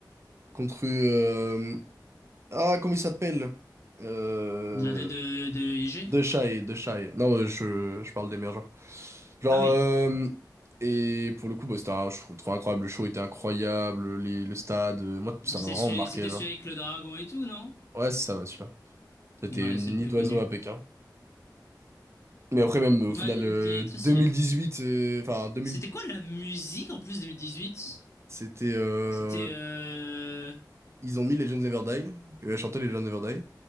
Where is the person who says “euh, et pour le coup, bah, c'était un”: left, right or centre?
Right